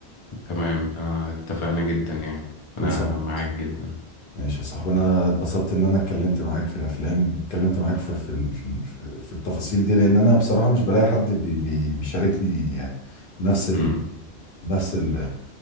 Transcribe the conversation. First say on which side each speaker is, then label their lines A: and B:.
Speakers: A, on the left; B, on the left.
A: تمام آه، اتفقنا جدا يعني انا
B: خلصة معاك
A: معاك
B: يا صاحبي.
A: جدا
B: ماشي يا صاحبي انا اتبسطت ان انا اتكلمت معاك في الافلام اتكلمت معاك في في ال- في, ال- في التفاصيل دي لان انا بصراحة مش بلاقي حد بي بي بيشاركني نفس ال
A: مم.
B: نفس ال